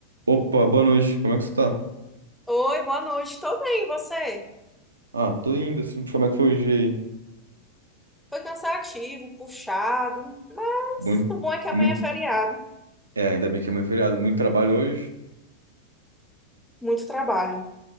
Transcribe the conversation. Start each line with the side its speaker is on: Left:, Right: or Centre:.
Right: Opa, boa noite. Como é que você tá?
Centre: Oi, boa noite. Tô bem, e você?
Right: Ah, tô indo assim. Como é que foi o dia aí?
Centre: Foi cansativo, puxado, mas
Right: Muito,
Centre: o bom é que amanhã
Right: muito.
Centre: é feriado,
Right: É, ainda bem que amanhã é feriado. Muito trabalho hoje.
Centre: muito trabalho.